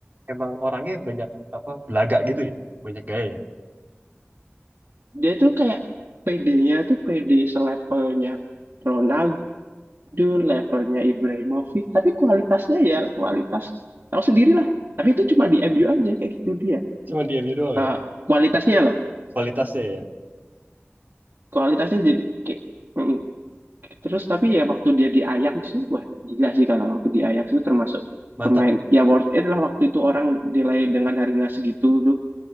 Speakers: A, on the right (about 40°); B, on the right (about 55°).
A: Emang orangnya banyak apa belaga gitu ya. Banyak gaya ya.
B: Dia tuh kayak PD-nya tuh PD selevelnya Aduh, levelnya Ibrahimovic, tapi kualitasnya ya kualitas tahu sendirilah. Tapi itu cuma di MU aja kayak gitu dia.
A: Cuman dia doang
B: Eh,
A: ya.
B: kualitasnya loh,
A: Kualitasnya ya.
B: kualitasnya jadi kayak mm, terus tapi ya waktu dia di Ajax itu wah gila sih kalau waktu di Ajax itu termasuk
A: Mantap.
B: pemain ya worth it lah waktu itu orang nilai dengan harga segitu tuh.